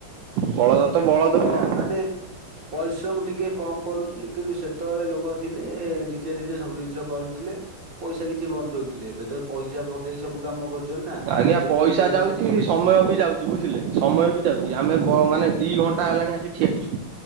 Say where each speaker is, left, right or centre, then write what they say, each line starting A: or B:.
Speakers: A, on the right; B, on the right.
A: ବଳଦ ତ ବଳଦ
B: ଆରେ କଣ
A: ବି ନାହାନ୍ତି।
B: ମାନେ। ପରିଶ୍ରମ ଟିକେ କମ ପଡୁଚି କିନ୍ତୁ ସେତେବେଳେ ଲୋକୋ ଥିଲେ ନିଜେ ନିଜେ ସବୁ ଜିନିଷ କରୁଥିଲେ। ପଇସା କିଛି ବଞ୍ଚଉଥିଲେ ଏବେ ତ ପଇସା ପକେଇ ସବୁ କାମ କରୁ ଶୁଣୁନା
A: ଆଜ୍ଞା
B: ଯେତିକି
A: ପଇସା
B: ପାଇଲେ
A: ଯାଉଛି
B: ସେଠିକିରେ
A: ସମୟ
B: ଖୁସି ହେଇଯାଉଛନ୍ତି।
A: ବି ଯାଉଛି ବୁଝିଲେ ସମୟ ବି ଯାଉଚି ଆମେ ବ ମାନେ ଦି ଘଣ୍ଟା ହେଲାଣି ଆସି ଠିଆ ହେଇଚୁ।